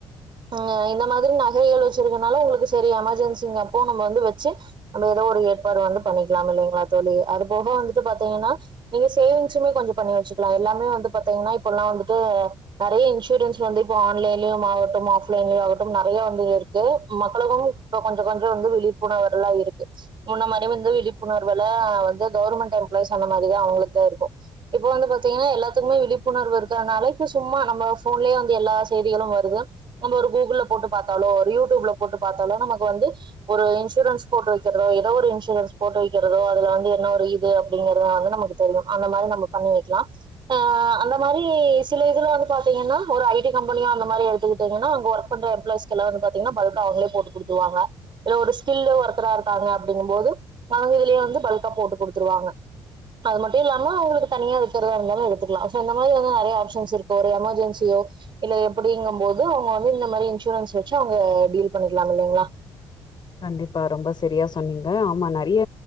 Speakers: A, on the right; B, on the left.
A: இங்க ஏ இந்த மாதிரி நகைகள் வெச்சிருக்கனால உங்களுக்கு சரி எமர்ஜென்சிங்கற அப்போ நம்ம வந்து வெச்சி நம்ம ஏதோ ஒரு ஏற்பாடு வந்து பண்ணிக்களாம் இல்லைங்களா தோழி அது போக வந்துட்டு பாத்தீங்கன்னா நீங்க சேவிங்ஸுமே கொஞ்சம் பண்ணி வெச்சுக்கலாம் எல்லாமே வந்து பாத்தீங்கன்னா இப்பெல்லா வந்துட்டு நெறைய இன்சூ ரன்ஸ் வந்து இப்ப ஆன்லைன்லயும் ஆகட்டும் ஆஃப்லைன்லயும் ஆகட்டும் நெறைய வந்து இருக்கு மக்களுக்கும் இப்ப கொஞ்ச கொஞ்சம் வந்து விழிப்புணர்வுல்லா இருக்கு முன்ன மாரி வந்து விழிப்புணர்வுல வந்து கவர்மெண்ட் எம்ப்ளாய்ஸ் அந்த மாரிதா அவங்களுக்குதா இருக்கு இப்ப வந்து பாத்தீங்கன்னா எல்லாத்துக்குமே விழிப்புணர்வு இருக் கனால இப்ப சும்மா நம்ம போன்லயே வந்து எல்லா செய்திகளு வருது நம்ம ஒரு கூகுள்ள போட்டு பாத்தாலோ ஒரு யூடியூப்ல போட்டு பாத்தாலோ நமக்கு வந்து ஒரு இன்சூரன்ஸ் போட்டு வைக்கிறதோ ஏதோ ஒரு இன்சூரன்ஸ் போட்டு வைக்கிறதோ அதுல வந்து என்ன ஒரு இது அப்டிங்கிறத வந்து நமக்கு தெரியு அந்த மாரி நம்ம பண்ணி வைக்லா ஹ அந்த மாரி சில இதுல வந்து பாத் தீங்கன்னா ஒரு ஐஸடி கம்பெனியா அந்த மாரி எடுத்துக்கிட்டீங்கன்னா அங்க ஒர்க் பண்ற எம்ப்ளாயிஸ்கெல்லா வந்து பாத்தீங்கன்னா பல்கா அவங்களே போட்டு குடுத்துருவாங்க இது ஒரு ஸ்கில்லு ஒருத்தரா இருக்காங்க அப்டிங்கம்போது நாங்க இதுலயே வந்து பல்கா போட்டு குடுத்துருவாங்க அது மட்டும் இல்லாம அவங்களுக்கு தனியா இருக்கறத இருந்தாலு எடுத்துக்கலா சோ இந்த மாரி இன்னு நெறைய ஆப்ஷன்ஸ் இருக்கு ஒரு எமர்ஜென்சியோ இல்ல எப்டிங்கும் போது அவங்க வந்து இந்த மாரி இன்சூரன்ஸ் வச்சு அவங்க டீல் பண்ணிக்கலாம் இல்லலைங்களா
B: கண்டிப்பா ரொம்ப சரியா சொன்னீங்க ஆமா நெறைய